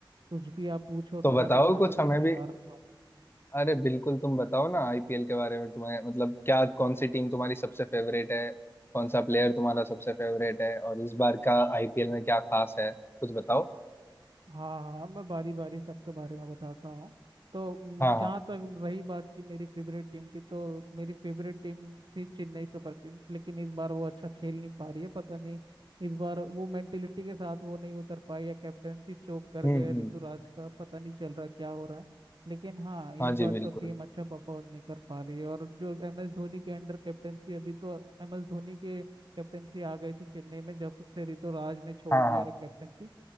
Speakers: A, on the right; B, on the left.
A: कुछ भी आप पूछो तो
B: तो बताओ
A: मैं बताने
B: कुछ
A: के लिए
B: हमें
A: तैयार
B: भी
A: रहता हूँ
B: अरे बिल्कुल तुम बताओ ना आईपीएल के बारे में तुम्हें मतलब क्या कौन सी टीम तुम्हारी सबसे फेवरेट है कौन सा प्लेयर तुम्हारा सबसे फेवरेट है और इस बार का आईपीएल में क्या खास है कुछ बताओ
A: हाँ हाँ हाँ, मैं बारी बारी सबके बारे में बताता हूँ तो
B: हाँ हाँ
A: जहाँ तक रही बात की मेरी फेवरेट टीम की तो मेरी फेवरेट टीम थी चेन्नई सुपर किंग्स लेकिन इस बार वो अच्छा खेल नहीं पा रही है पता नहीं इस बार वो मेंटेलिटी के साथ वो नहीं उतर पाई या कैप्टेंसी चोक कर
B: हम्म
A: गए
B: हम्म
A: ऋतुराज का पता नहीं चल रहा क्या हो रहा है लेकिन हाँ इस
B: हाँ
A: बार
B: जी बिल्कुल
A: तो टीम अच्छा परफॉर्म नहीं कर पा रही है और जो एम एस धोनी के अंडर कैप्टेंसी अभी तो एम एस धोनी के कैप्टेंसी आ गई थी चेन्नई में जब से ऋतुराज ने छोड़
B: हाँ
A: दिया
B: हाँ
A: कैप्टेंसी